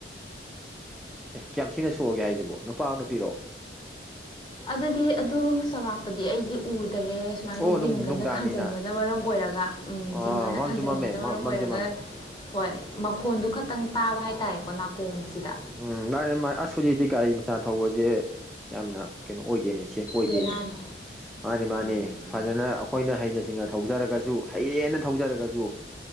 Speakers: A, in the centre; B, on the left.
A: ꯑꯦ ꯀꯌꯥꯝ ꯊꯤꯅ ꯁꯣꯛꯑꯒꯦ ꯍꯥꯏꯖꯤꯕꯣ ꯅꯨꯄꯥꯔꯣ ꯅꯨꯄꯤꯔꯣ
B: ꯑꯗꯨꯗꯤ ꯑꯗꯨ ꯆꯥꯎꯔꯥꯛꯄꯗꯤ ꯑꯩꯗꯤ ꯎꯗꯔꯦ ꯁꯨꯃꯥꯏꯅ
A: ꯑꯣ ꯅꯨꯡꯗꯥꯡꯅꯤꯅ
B: ꯖꯤꯡꯒꯅ ꯈꯟꯖꯟꯕꯅ ꯃꯔꯝ ꯑꯣꯏꯔꯒ ꯎꯝ
A: ꯑꯣ
B: ꯖꯤꯡꯒꯅ
A: ꯃꯝꯁꯨ
B: ꯈꯟꯖꯟꯕꯅ
A: ꯃꯝꯃꯦ ꯃꯝꯁꯨ
B: ꯃꯔꯝ ꯑꯣꯏꯔꯒ
A: ꯃꯝꯃꯦ
B: ꯍꯣꯏ ꯃꯈꯣꯟꯗꯨ ꯈꯇꯪ ꯇꯥꯕ ꯍꯥꯏꯇꯥꯔꯦꯀꯣ ꯅꯥꯀꯣꯡꯁꯤꯗ
A: ꯎꯝ ꯃꯥꯅꯦ ꯃꯥ ꯑꯁ ꯍꯧꯖꯤꯛꯇꯤ ꯒꯥꯔꯤ ꯃꯆꯥ ꯊꯧꯕꯖꯦ ꯌꯥꯝꯅ ꯀꯩꯅꯣ ꯑꯣꯏꯗꯦꯅꯦ ꯁꯦ ꯑꯣꯏꯗꯦꯅꯦ
B: ꯕꯦꯔꯥꯅꯤ
A: ꯁ ꯃꯥꯅꯦ ꯃꯥꯅꯦ
B: ꯃꯥꯅꯤ ꯃꯥꯅꯤ
A: ꯐꯖꯅ ꯑꯈꯣꯏꯅ ꯍꯩꯅ ꯁꯤꯡꯅ ꯊꯧꯖꯔꯒꯁꯨ ꯍꯩꯔꯦꯅ ꯊꯧꯖꯔꯒꯖꯨ ꯖꯨ